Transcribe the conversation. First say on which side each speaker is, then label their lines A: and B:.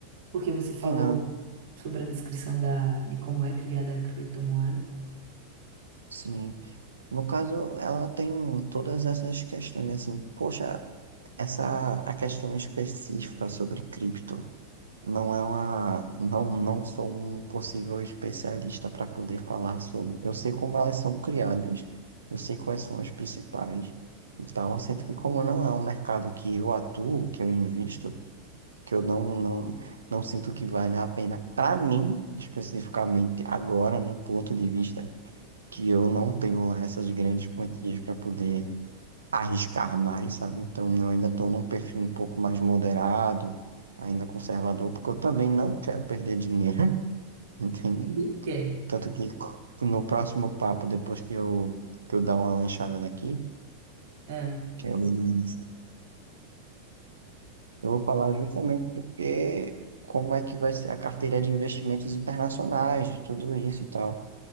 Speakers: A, on the right; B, on the right.
A: porque você falou
B: Sim, não.
A: sobre a descrição da, de como é criada a criptomoeda.
B: Sim. No caso, ela tem todas essas questões assim. Poxa, essa a questão específica sobre cripto. Não é uma, não, não sou um possível especialista para poder falar sobre. Eu sei como elas são criadas, eu sei quais são as principais e tal, sendo que como
A: Hum,
B: não é um mercado que eu atuo, que eu invisto que eu não, não, não sinto que vale a pena para mim, especificamente agora, no ponto de vista que eu não tenho lá essas grandes quantias para poder arriscar mais, sabe? Então eu ainda estou num perfil um pouco mais moderado, ainda conservador, porque eu também não quero perder dinheiro, <laughs> entende?
A: Ninguém quer.
B: Tanto que no próximo papo, depois que eu, que eu dar uma lanchada daqui,
A: É,
B: que eu vou dar uma Eu vou falar justamente porque como é que vai ser a carteira de investimentos internacionais, de tudo isso e tal.